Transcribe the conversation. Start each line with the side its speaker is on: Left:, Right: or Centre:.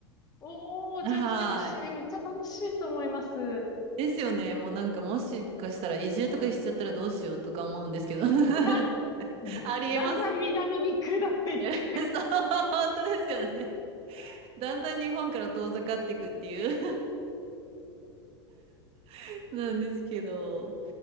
Left: おー、
Right: はい。
Left: じゃあ来てほしい。めっちゃ楽しいと思います。
Right: ですよね。もうなんかもしかしたら移住とかしちゃったらどうしようとか思うんですけど。<laughs>
Left: <laughs> <laughs>
Right: ありえますね。
Left: だんだん南に下っていって。
Right: <laughs> そう、本当ですよね。だんだん日本から遠ざかっていくっていう <laughs> なんですけど。